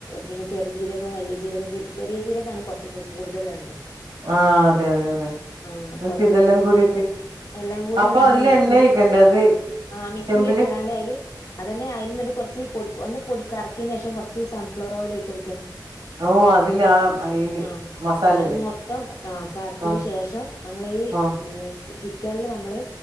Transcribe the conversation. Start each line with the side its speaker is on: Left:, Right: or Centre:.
Left: പിന്നെ ചെറു ചീരകം വലിയ ചീരകം ചെറിയ ചീരകം ആണ് കുറച്ച് കൂടുതൽ വേണ്ടേ
Right: ആഹ് അതെ അതെ അതെ.
Left: ആഹ്
Right: എന്നിട്ട്
Left: കൊറച്ച്
Right: ഇതെല്ലാം
Left: വലിയ
Right: കൂടിട്ട്
Left: ചീരക എല്ലാം കൂടി
Right: അപ്പൊ
Left: നമ്മള്
Right: അതില്
Left: മിക്സിയില്
Right: എണ്ണ ഒഴിക്കണ്ടേ അത്
Left: ആഹ് മിക്സിൽ
Right: ചെമ്പില്
Left: ഇട്ട്കണ്ട് അയില് അതന്നെ അതിൽ നിന്നിട്ട് കുറച്ച് പൊടി ഒന്ന് പൊടിക്കറക്കിയതിന് ശേഷം കുറച്ച് സൺഫ്ലവർ ഓയിൽ ഒഴിച്ചുകൊടുക്കുക.
Right: ഓ അതില് ആ അയില്
Left: ആഹ്
Right: മസാലയില്
Left: അതന്ന് മൊത്തം ആഹ് കറക്കിയന്
Right: ആഹ്
Left: ശേഷം നമ്മളീ
Right: ആഹ്
Left: ചിക്കനില് നമ്മള്